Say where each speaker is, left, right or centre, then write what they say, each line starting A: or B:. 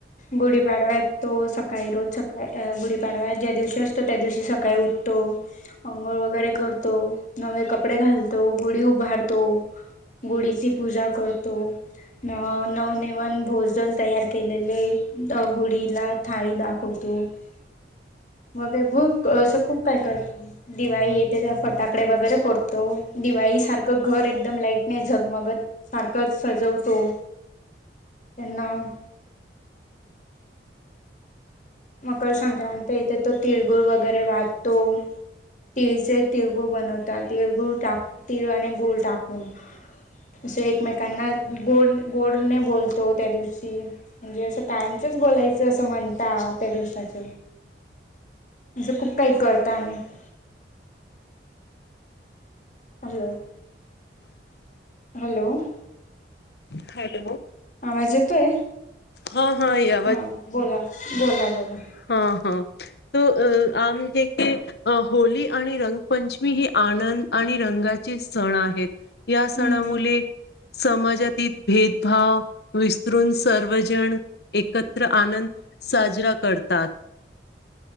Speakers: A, on the left; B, on the left.
A: गुढीपाडव्यात तो सकाळी रोज सकाळी गुढीपाडव्या ज्या दिवशी असतो <unintelligible> त्या दिवशी सकाळी उठतो <unintelligible> अंघोळ वगैरे करतो नवे कपडे घालतो गुढी उभारतो <unintelligible> गुढीची पूजा करतो न नवनिवन भोजन तयार केलेले अ गुढीला थाळी दाखवतो <unintelligible> मग भूक असं खूप काय करतो <unintelligible> दिवाळी येते त्या फटाकडे वगैरे फोडतो दिवाळी सारखं घर एकदम लाईट नाही झगमगत सारखंच सजवतो त्यांना <unintelligible> मकर संक्रांत येथे तो तिळगुळ वगैरे वाहतो <unintelligible> तिळचे तिळगूळ बनवतात तिळगूळ टाक तिळाने गूळ टाकून <unintelligible> असं एकमेकांना गोड गोडने बोलतो त्या दिवशी <unintelligible> म्हणजे असं टाइमच बोलायचं <unintelligible> ज असं म्हणता त्या दिवसाच असं खूप काही करता आम्ही <unintelligible> हॅलो <unintelligible> हॅलो <unintelligible>
B: हॅलो <unintelligible>
A: आवाज येतोय <unintelligible>
B: हा हा य <unintelligible>
A: हा बोला बोला बोला <unintelligible>
B: हा हा त अ आमज क <unintelligible> अं होळी आणि रंगपंचमी ह आनंद आणि रंगाचे सण आहेत <unintelligible> या सणामुळेले
A: हम्म
B: <unintelligible> समाजातील भेदभाव विसरून सर्वजण एकत्र आनंद साजरा करतात <unintelligible>